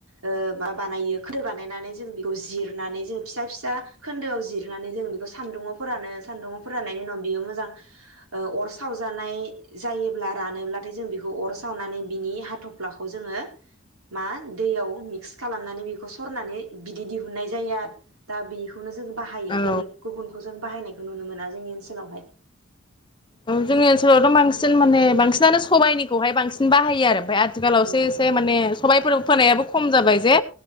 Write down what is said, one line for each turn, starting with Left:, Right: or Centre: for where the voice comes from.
Right: ओ मा बानायो खोन्दो बानायनानै जों बेखौ जिरनानै जोङो फिसा फिसा खोन्दोआव जिरनानै जों बेखौ सानदुङाव फोरानो सानदुङाव फोराननायनि उनाव बेयो मोजां, ओ अर सावजानाय जायोब्ला रानोब्लाथाय जों बेखौ अर सावनानै बिनि हाथ'फ्लाखौ जोङो मा दैयाव मिक्स खालामनानै बेखौ सरनानै बिदै दिहुननाय जायो आरो दा बेखौनो जों, बाहायो
Left: औ
Right: बेलेग गुबुनखौ जों बायनायखौ नुनो मोना जोंनि ओनोलावहाय,
Left: औ जोंनि ओनसोलावथ' बांसिन माने बांसिनानो सबाइनिखौहाय बांसिन बाहायो आरो ओमफाय आथिखालावसो
Right: औ
Left: एसे माने सबायफोर फोनायाबो खम जाबाय जे